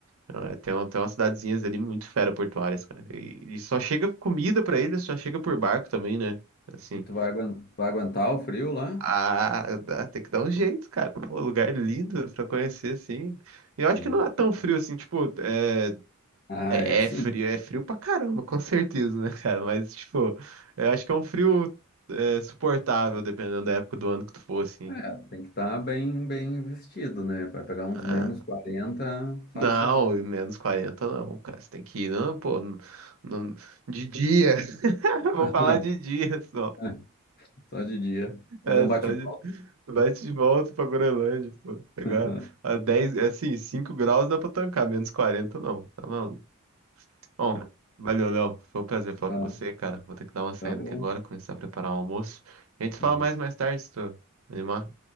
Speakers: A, on the right; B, on the left.
A: Ah, Tem, um- tem umas cidadezinhas ali muito fera-portuárias, cara. E, e só chega comida pra eles, só chega por barco também, né? Assim.
B: E tu vai, aguen- vai aguentar o frio lá?
A: Ah, dá- tem que dar um jeito, cara. Pô, lugar lindo pra conhecer, assim. E Eu acho
B: Sim.
A: que não é tão frio assim, tipo, é,
B: Ah,
A: é,
B: é assim.
A: é frio, é frio pra caramba, com certeza, né, cara? Mas, tipo, eu acho que é um frio é, suportável, dependendo da época do ano que tu for, assim.
B: É, tem que estar bem, bem vestido, né? Vai pegar uns
A: Ah.
B: menos quarenta, fácilzinho.
A: Não, menos 40 não, cara. Você tem que ir, não, pô, no- no- de dia. <laughs> Vou
B: <laughs>
A: falar
B: É,
A: de dia só.
B: é, Só de dia.
A: É,
B: Fazer um bate-volta.
A: só de... Bate de volta pra Groenlândia, pô. Pegar
B: <laughs>
A: a 10, é assim, 5 graus dá pra tancar, menos 40 não, tá maluco. Bom, valeu, Léo. Foi um prazer falar
B: Tá,
A: com você, cara. Vou ter que dar uma saída
B: tá bom.
A: aqui agora, começar a preparar o almoço. A gente fala
B: Uhum.
A: mais mais tarde, se tu animar,